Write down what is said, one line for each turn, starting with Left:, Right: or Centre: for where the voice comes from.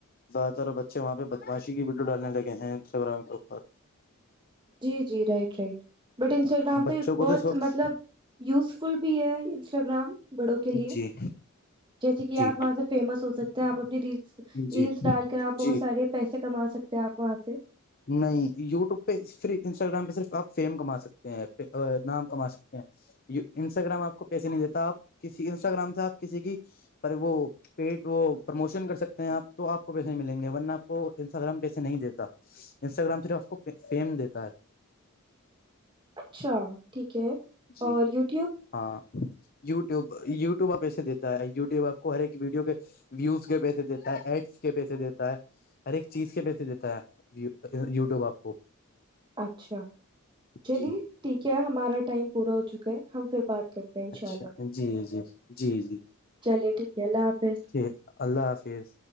Left: زیادہ تر بچے وہاں پہ بدماشی کی ویڈیو ڈالنے لگے ہیں انسٹاگرام کے اوپر
Right: جی جی رائٹ رائٹ بٹ انسٹاگرام
Left: بچوں
Right: کا
Left: کو
Right: بہت
Left: تو اس وقت
Right: مطلب یوز فل بھی ہے انسٹاگرام بڑوں کے لیے
Left: جی
Right: جیسے کہ
Left: جی
Right: آپ وہاں سے فیمس ہو سکتے کیا وغیر ریلس
Left: جی
Right: ڈال کر آپ
Left: جی
Right: بہت سارے پیسے کما سکتے کیا پاس سے
Left: نہیں یوٹیوب پہ پھر انسٹاگرام پہ صرف آپ فیم کما سکتے ہیں نام کما سکتے ہیں انسٹاگرام آپ کو پیسے نہیں دیتا آپ کسی انسٹاگرام سے آپ کسی کی وہ پیٹ وہ پرموشن کر سکتے ہیں آپ تو آپ کو پیسے نہیں ملیں گے ورنہ آپ کو انسٹاگرام پیسے نہیں دیتا انسٹاگرام صرف آپ کو فیم دیتا ہے
Right: اچھا ٹھیک ہے
Left: جی
Right: اور یوٹیوب
Left: ہاں یوٹیوب یوٹیوب آ پیسے دیتا ہے یوٹیوب آپ کو ہر ایک ویڈیو کے ویوز کے پیسے دیتا ہے ایڈس کے پیسے دیتا ہے ہر ایک چیز کے پیسے دیتا ہے یوٹیوب آپ کو
Right: اچھا چلیے
Left: جی
Right: ٹھیک ہے ہمارا ٹائم پورا ہو چکا ہے ہم پھر بات کرتے ہیں ان
Left: اچھا
Right: شاء اللہ
Left: جی جی جی جی
Right: چلیے ٹھیک ہے اللہ حافظ
Left: ٹھیک اللہ حافظ